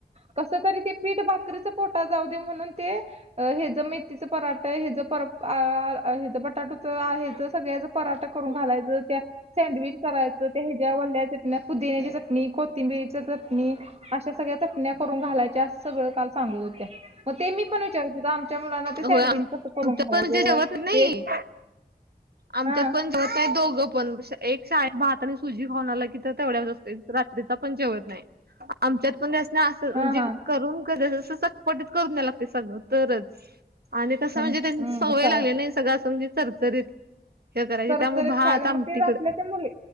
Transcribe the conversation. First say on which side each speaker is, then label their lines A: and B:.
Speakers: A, on the right; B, on the right.
A: कसं तरी ते पीठ भाकरीच पोटात जाऊदे म्हणून ते अ हे ज मे तिचं पराठ हेज परा आ आ आ बटाटुच आ हेच सगळ्याचं पराठ करून घालायचं त्या सँडविच करायचं त्या हेज्या वल्ल्या चटण्या पुदिन्याची चट णी कोथिंबीरीच चटणी अश्या सगळ्या चटण्या करून घालायच्या अस सगळं काल सांगत होत्या मग ते मी पण विचारत होत आमच्या मुलांना ते सँडविच
B: होय आम
A: कसं करून
B: आमच्यात
A: घालायचं
B: पण म्हणजे जेवत नाही
A: ते
B: आमच्यात
A: हा
B: पण जेवत नाही दोघं पण स एक शाळेत भात आणि सुजी खाऊन आला की, तर तेवढ्या वरच असतंय रात्रीचा पण जेवत नाही. आमच्यात पण त्यासनी असं तर
A: हा
B: म्हणजे
A: हा
B: करून कसं जसं चटपटीत करून द्या लागतंय सगळं तरच आणि कसं
A: हम्म
B: म्हणजे त्यांची
A: हम्म
B: सवय
A: चा
B: लागलीये ना हे सगळं असं म्हणजे चरचरीत हे करायची
A: चरचरीत
B: त्यामुळे भात
A: खायज
B: आमटीकड
A: मग तेच आपल्या त्या मुली